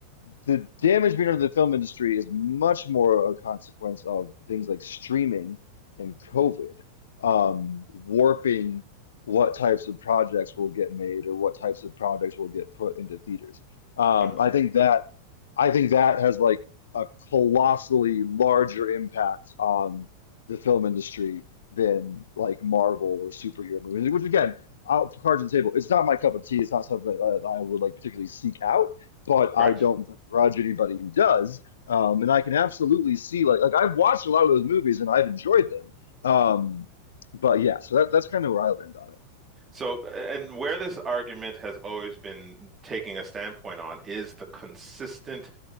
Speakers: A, on the left; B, on the right.
A: the damage being done to the film industry is much more a consequence of things like streaming and COVID, um, warping what types of projects will get made or what types of projects will get put into theaters. Um,
B: mm-hmm.
A: I think that I think that has like a colossally larger impact on the film industry than like Marvel or superhero movies, which again, out cards on the table. It's not my cup of tea. It's not something that I I would like particularly seek out but I
B: Right.
A: don't begrudge anybody who does. Um, and I can absolutely see like like I've watched a lot of those movies and I've enjoyed them. Um, but yeah, so that that's kind of where I land on it.
B: So, and where this argument has always been taking a standpoint on is the consistent